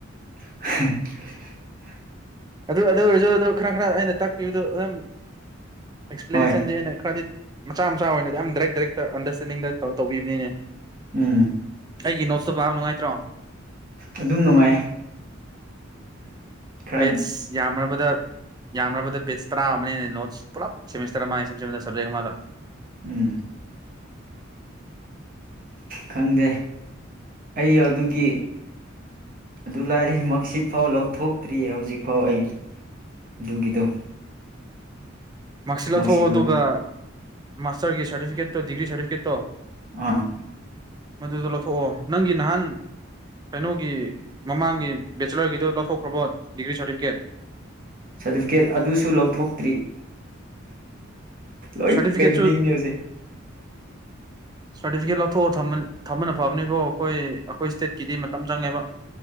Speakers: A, on the right; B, on the right.
A: <unintelligible>
B: ꯑꯗꯨ ꯑꯗꯨ ꯑꯣꯏꯔꯁꯨ ꯑꯗꯨ ꯈꯔ ꯈꯔ ꯑꯩꯅ ꯇꯥꯛꯄꯤꯕꯗꯣ ꯑꯗꯨꯝ ꯑꯦꯛꯁꯄ꯭ꯂꯦꯅꯦꯁꯟꯗꯤ
A: ꯍꯣꯏ
B: ꯑꯩꯅ ꯈꯔꯗꯤ ꯃꯆꯥ ꯃꯆꯥ ꯑꯣꯏꯅꯗꯤ ꯌꯥꯝ ꯗꯥꯏꯔꯦꯛ ꯗꯥꯏꯔꯦꯛꯇ ꯑꯟꯗꯔꯁꯇꯦꯟꯗꯤꯡꯗꯧ ꯇꯧꯕꯤꯕꯅꯤꯅꯦ
A: ꯎꯝ
B: ꯑꯩꯒꯤ ꯅꯣꯠꯁꯇꯣ ꯄꯥꯕ ꯅꯨꯡꯉꯥꯏꯇ꯭ꯔꯣ
A: ꯑꯗꯨꯝ ꯅꯨꯡꯉꯥꯏ ꯈꯔ
B: ꯌꯥꯝꯕꯗ ꯌꯥꯝꯕꯗ ꯄꯦꯖ ꯇꯔꯥ ꯑꯃꯅꯦ ꯅꯣꯠꯁ ꯄꯨꯂꯞ ꯁꯦꯃꯤꯁꯇꯔ ꯑꯃ ꯁꯖꯦꯛ ꯃꯥ
A: ꯎꯝ ꯈꯪꯗꯦ ꯑꯩ ꯑꯗꯨꯒꯤ ꯑꯗꯨ ꯂꯥꯏꯔꯤ ꯃꯁꯤꯠ ꯐꯥꯎ ꯂꯧꯊꯣꯛꯇ꯭ꯔꯤꯌꯦ ꯍꯧꯖꯤꯛꯐꯥꯎ ꯑꯩ ꯑꯗꯨꯒꯤꯗꯣ
B: ꯃꯁꯤꯜ
A: ꯃꯥꯔꯛꯁꯤꯠ
B: ꯂꯧꯊꯣꯛꯑꯣ
A: ꯂꯧꯗꯣ
B: ꯑꯗꯨꯒ ꯃꯥꯁꯇꯔꯒꯤ ꯁꯥꯔꯇꯤꯐꯤꯀꯦꯠꯇꯣ ꯗꯤꯒ꯭ꯔꯤ ꯁꯥꯔꯇꯤꯐꯤꯀꯦꯠꯇꯣ
A: ꯑꯥ
B: ꯃꯗꯨꯗꯣ ꯂꯧꯊꯣꯛꯑꯣ ꯅꯪꯒꯤ ꯅꯍꯥꯟ ꯀꯩꯅꯣꯒꯤ ꯃꯃꯥꯡꯒꯤ ꯕꯦꯆꯤꯂꯔꯒꯤꯗꯨꯣ ꯂꯧꯊꯣꯛꯈ꯭ꯔꯕꯣ ꯗꯤꯒ꯭ꯔꯤ ꯁꯥꯔꯇꯤꯐꯤꯀꯦꯠ
A: ꯁꯥꯔꯇꯤꯐꯤꯀꯦꯠ ꯑꯗꯨꯁꯨ ꯂꯧꯊꯣꯛꯇ꯭ꯔꯤ ꯂꯣꯏ
B: ꯁꯥꯔꯇꯤꯐꯤꯀꯦꯠꯁꯨ
A: ꯄꯦꯟꯗꯤꯡꯅꯦ ꯍꯧꯖꯤꯛ
B: ꯁꯥꯔꯇꯤꯐꯤꯀꯦꯠ ꯂꯧꯊꯣꯛꯑꯣ ꯊꯝꯕꯅ ꯐꯕꯅꯤꯀꯣ ꯑꯩꯈꯣꯏ ꯑꯩꯈꯣꯏ ꯏꯁꯇꯦꯠꯀꯤꯗꯤ ꯃꯇꯝ ꯆꯪꯉꯦꯕ